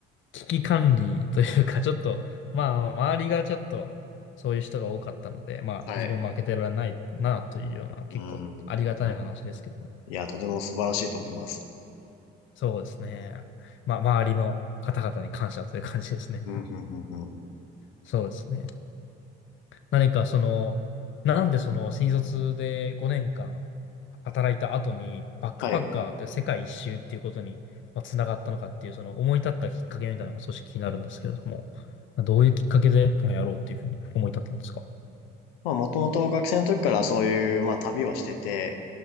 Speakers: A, on the left; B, on the left.
A: 危機管理というか、ちょっと、まあ、周りがちょっと、そういう人が多かったので、まあ、
B: はい。
A: 自分負けてられないなというような、結構ありがたい話ですけど、
B: うん。いや、とても素晴らしいと思います。
A: そうですね。まあ、周りの方々に感謝という感じですね。
B: うん、
A: <laughs>
B: うん、うん、うん。
A: そうですね。何かその、なんでその新卒で5年間働いた後にバックパッカーって世界一周っていうことにまあつながったのかっていうその思い立ったきっかけみたいなのが少し気になるんですけれども、
B: はい。
A: どういうきっかけでまあやろうっていうふうに思い立ったんですか
B: まあ、もともと学生の時からそういう、まあ、旅はしてて、